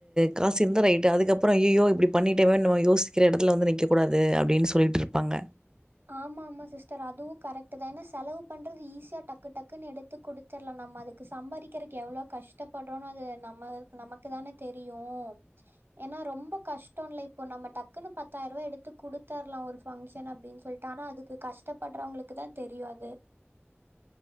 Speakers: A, on the right; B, on the right.
A: காசு இருந்தா ரைட் அதுக்கப்பற ஐய்யோ இப்டி பண்ணிட்டோமே நம்ம யோசி சில எடத்துல வந்து நிக்க கூடாது அப்டினு சொல்லிட்டு இருப்பாங்க
B: ஆமா ஆமா சிஸ்டர் அதுவு கரெக்ட் தான செலவு பண்றது ஈஸியா டக்கு டக்குனு எடுத்து குடு துருள்ளா நம்ம அதுக்கு சம்பாதிக்கிறதுக்கு எவ்வள கஷ்டப்படுறேன்னு அது நம்ம நமக்கு தான தெரியு ஏனா ரொம்ப கஷ்ட இல்ல இப்போ நம்ம டக்குன்னு பத்தாயிர ரூபா எடுத்து குடுத்தரலா ஒரு ஃபங்க்ஷன் அப்டின்னு சொல்லிட்டு ஆனா அதுக்கு கஷ்டப்படறவங்களுக்கு தா தெரியு அது